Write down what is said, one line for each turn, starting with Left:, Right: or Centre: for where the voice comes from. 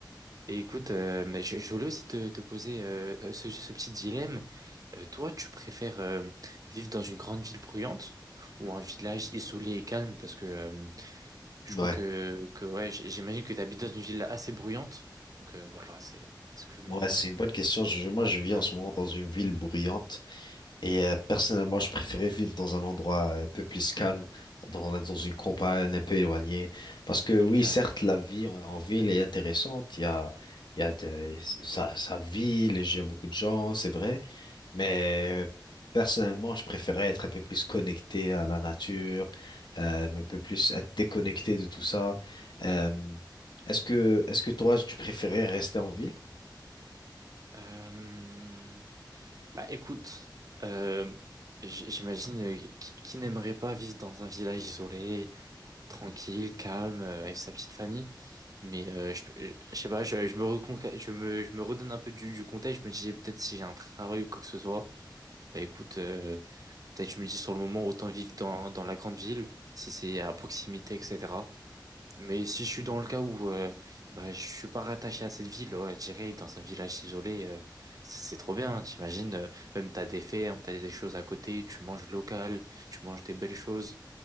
Right: Et écoute, euh, mais je, je voulais aussi te, te poser euh, euh, ce, ce petit dilemme. Euh, toi, tu préfères euh, vivre dans une grande ville bruyante ou un village isolé et calme? Parce que euh, Je
Left: Ouais.
Right: crois que, que ouais, j- j'imagine que tu habites dans une ville assez bruyante. Donc euh, voilà, c'est ce que je me
Left: Ouais,
Right: demande.
Left: c'est une bonne question. Je- moi, je vis
Right: Ouais.
Left: en ce moment dans une ville bruyante. Et euh, personnellement, je préférais vivre dans un endroit euh, un peu plus calme, dans, dans une campagne un peu éloignée. Parce que
Right: Ok,
Left: oui, certes, la vie en, en ville est intéressante. Il y a, il y a de, ça, ça vit, les- il y a beaucoup de gens, c'est vrai. Mais euh, personnellement, je préférais être un peu plus connecté à la nature, euh, un peu plus être déconnecté de tout ça.
Right: ok.
Left: Euh, est-ce que, est-ce que toi, tu préférais rester en ville?
Right: Euh, Bah écoute, euh, j- j'imagine euh, qui, qui n'aimerait pas vivre dans un village isolé, tranquille, calme, euh, avec sa petite famille. Mais euh, je, je je sais pas, je, je me reconca- je me, je me redonne un peu du, du contexte. Je me disais peut-être si j'ai un travail ou quoi que ce soit, bah écoute, euh, Peut-être je me dis sur le moment, autant vivre dans, dans la grande ville, si c'est à proximité, etc. Mais si je suis dans le cas où euh, bah, je suis pas rattaché à cette ville, ouais, j'irai dans un village isolé, euh, c'est c'est trop bien, t'imagines, euh, même t'as des fermes, t'as des choses à côté, tu manges local, tu manges des belles choses.